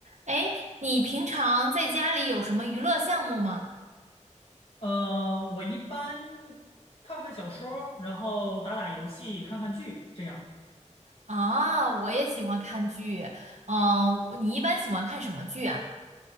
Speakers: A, on the right; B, on the left.
A: 哎，你平常在家里有什么娱乐项目吗？
B: 呃，我一般看看小说儿然后打打游戏，看看剧，这样
A: 啊，我也喜欢看剧。嗯，我你一般喜欢看什么剧啊？